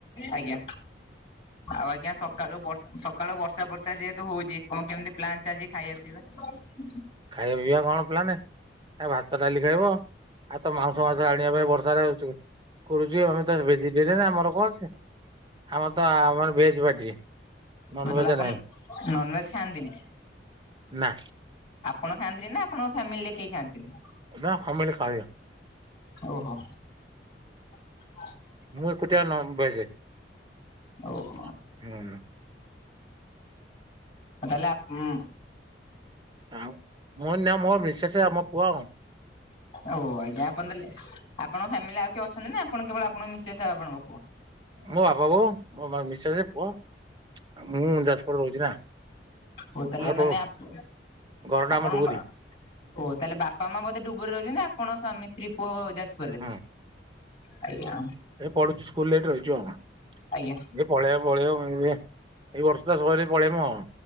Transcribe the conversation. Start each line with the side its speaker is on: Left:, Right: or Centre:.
Left: ଆଜ୍ଞା, ଆଉ ଆଜ୍ଞା ସକାଳୁ ବର୍ ସକାଳୁ ବର୍ଷା ଫର୍ଷା ଯେହେତୁ ହଉଛି କଣ କେମିତି ପ୍ଲାନ୍ ଚାଲିଛି ଖାଇବା ପିଇବା?
Right: ଖାଇବା ପିଇବା କଣ ପ୍ଲାନ ଏ ଭାତ ଡାଲି ଖାଇବ ଆଉ ତ ମାଉଁସ ମାଉଁସ ଆଣିବା ପାଇଁ ବର୍ଷାରେ କରୁଚି ଆମେ ତ ଭେଜିଟେରିଆନ ଆମର କଣ ଅଛି। ଆମର ତ ଆମର ଭେଜ ପାଟି ନନ୍
Left: ତାହେଲେ
Right: ଭେଜ
Left: ଆପଣ
Right: ନାହିଁ।
Left: ନନଭେଜ ଖାଆନ୍ତିନି?
Right: ନା।
Left: ଆପଣ ଖାଆନ୍ତିନି ନା ଆପଣଙ୍କ ଫ୍ୟାମିଲିରେ କେହି ଖାଆନ୍ତିନି?
Right: ନା ଫ୍ୟାମିଲି ଖାଇବ।
Left: ଓହୋ। <inaudible>
Right: ମୁଁ ଏକୁତିଆ ନନ୍ ଭେଜେ।
Left: ଓହୋ
Right: ନା ନା।
Left: ଆଉ ତାହେଲେ ଆପ୍ ଉଁ
Right: ଆଉ ମୁଁ କହିଲି ମୋ ମିସେସେ ଆଉ ମୋ ପୁଅ
Left: ଓ ଆଜ୍ଞା ଆପଣ ତାଲେ ଆପଣଙ୍କ ଫ୍ୟାମିଲିରେ ଆଉ କିଏ ଅଛନ୍ତି ନା ଆପଣ କେବଳ ଆପଣଙ୍କ ମିସେସ ଆଉ ଆପଣଙ୍କ ପୁଅ?
Right: ମୋ ବାପା ବୋଉ ମୋ ମିସେସେ ପୁଅ ମୁଁ ଯାଜପୁର ରହୁଚି ନା।
Left: ହଉ ତାହେଲେ
Right: ଆଉ ତୋ
Left: ମାନେ ଆପ୍
Right: ଘରଟା
Left: ଆପଣଙ୍କ
Right: ଆମ ଡୁବୁରି
Left: ବା ଓ ତାହେଲେ ବାପା ମାଁ ବୋଧେ ଡୁବରରେ ରହୁଛନ୍ତି ଆପଣ ସ୍ଵାମୀ ସ୍ତ୍ରୀ ପୁଅ ଯାଜପୁରରେ?
Right: ହୁଁ
Left: ଆଜ୍ଞା।
Right: ଏ ପଢୁଛି ସ୍କୁଲରେ ଏଠି ରହିଚୁ ଆଉ।
Left: ଆଜ୍ଞା
Right: ଏ ପଳେଇବ ପଳେଇବ <inaudible> ଏଇ ବର୍ଷଟା ସରିଲେ ପଳେଇମୁ ଆଉ।